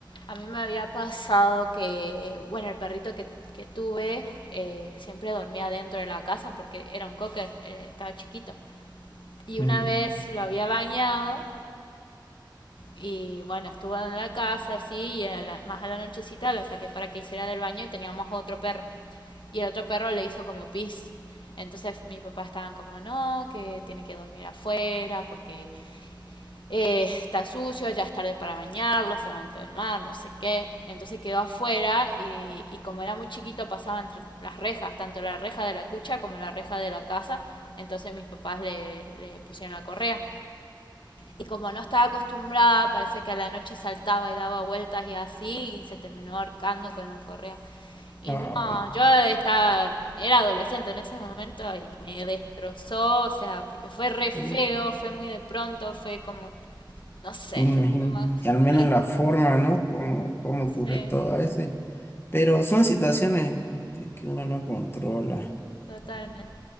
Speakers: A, on the left; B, on the left.
A: A mí me había pasado que, bueno, el perrito que, que tuve eh, siempre dormía dentro de la casa porque era un cocker, eh, estaba chiquito. Y
B: mm,
A: una vez lo había bañado y bueno, estuvo en la casa así y a la- más a la nochecita la saqué para que hiciera del baño y teníamos otro perro. Y el otro perro le hizo como pis. Entonces mis papás estaban como, no, que tiene que dormir afuera porque eh, está sucio, ya es tarde para bañarlo, se va a enfermar, no sé qué. Entonces quedó afuera y, y como era muy chiquito pasaba entre las rejas, tanto la reja de la cucha como la reja de la casa. Entonces mis papás le, le pusieron la correa. Y como no estaba acostumbrada, parece que a la noche saltaba y daba vueltas y así, y se terminó ahorcando con la correa. Y
B: ay,
A: no, yo estaba, era adolescente en ese momento y me destrozó, o sea, porque fue re feo,
B: u-
A: fue muy de pronto, fue como, no sé,
B: imagín-
A: como,
B: y al menos
A: fue-
B: la forma, ¿no? Como, como ocurre
A: sí,
B: todo a veces. Pero son situaciones este, que uno no controla.
A: totalmente,